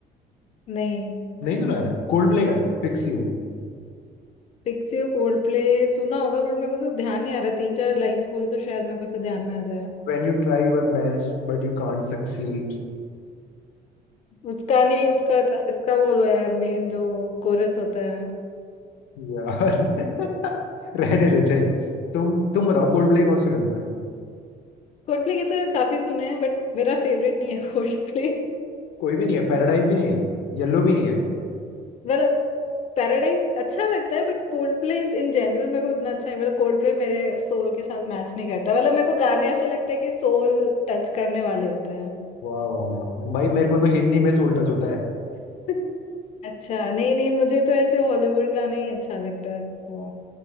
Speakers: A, on the left; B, on the left.
A: नहीं
B: नहीं सुना है कोल्ड प्ले का है fix you
A: फिक्स यू कोल्ड प्ले सुना होगा बट मेरे को तो ध्यान नहीं आ रहा तीन चार लाइंस बोलो तो शायद मेरे को से ध्यान में आ जाए
B: When you try your best but you can't succeed
A: उसका नहीं उसका इसका बोलो यार मेन जो कोरस होता है
B: यार <laughs> रहने देते हैं तुम तुम बताओ कोल्ड प्ले कौन सुना है तुमने
A: कोल्डप्ले के तो यार काफी सुने हैं बट मेरा फेवरेट नहीं है कोल्डप्ले
B: कोई भी नहीं है पैराडाइज भी नहीं है येलो भी नहीं है
A: मतलब पैराडाइज अच्छा लगता है but Coldplay is in general मेरे को उतना अच्छा है मतलब कोल्डप्ले मेरे सोल के साथ मैच नहीं करता मतलब मेरे को गाने ऐसा लगता है कि सोल टच करने वाले होते हैं
B: वाह वाह वाह भाई मेरे को तो हिंदी में सोल टच होता है <laughs>
A: अच्छा नहीं नहीं मुझे तो ऐसे हॉलीवुड गाना ही अच्छा लगता है वो